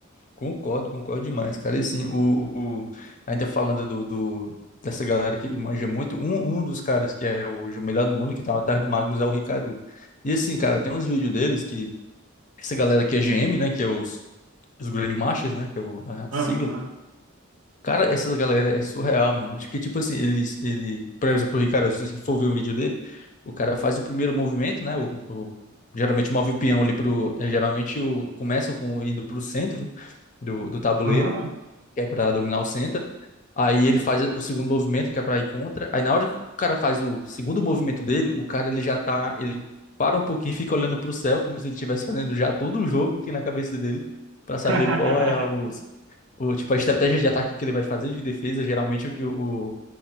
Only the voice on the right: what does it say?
Aham,
aham.
<laughs>